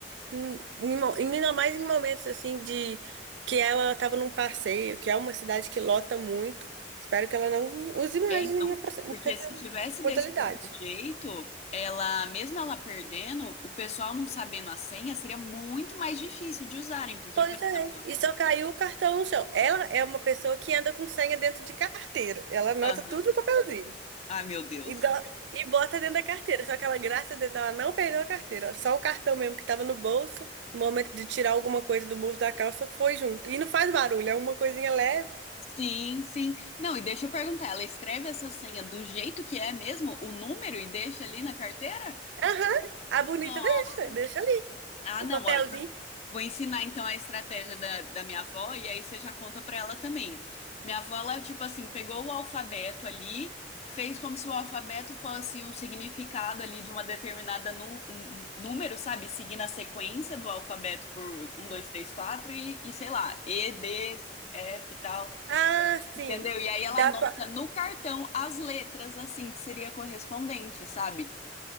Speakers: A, on the right; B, on the left.
A: hum, em, mo- em- ainda mais em momentos assim de que ela estava num passeio, que é uma cidade que lota muito. Espero que ela não use mais
B: é, então.
A: nenhuma
B: Porque
A: essa
B: se tivesse
A: modalidade.
B: desse outro jeito, ela, mesmo ela perdendo, o pessoal não sabendo a senha, seria muito mais difícil de usarem. Porque,
A: Pois
B: por
A: é,
B: exemplo.
A: e só caiu o cartão no chão. Ela é uma pessoa que anda com senha dentro de carteira. Ela anota
B: Aham.
A: tudo no papelzinho
B: Ai, meu Deus.
A: e, dó- e bota dentro da carteira. Só que ela, graças a Deus, ela não perdeu a carteira. Só o cartão mesmo que tava no bolso, no momento de tirar alguma coisa do bolso da calça, foi junto. E não faz barulho, é uma coisinha leve.
B: Sim, sim. Não, e deixa eu perguntar, ela escreve essa senha do jeito que é mesmo, o número, e deixa ali na carteira?
A: Aham, a bonita
B: Nossa.
A: deixa, deixa ali.
B: Ah,
A: O
B: não,
A: papelzinho.
B: ó, eu vou vou ensinar então a estratégia da, da minha avó e aí você já conta pra ela também. Minha avó, ela, tipo assim, pegou o alfabeto ali, fez como se o alfabeto fosse um significado ali de uma determinada nu- um- um número, sabe? Seguindo a sequência do alfabeto por um, dois, três, quatro e, e sei lá, E, D, F e tal,
A: Ah, sim.
B: entendeu? E aí ela
A: Dá
B: anota
A: pra...
B: no cartão as letras, assim, que seria correspondente, sabe?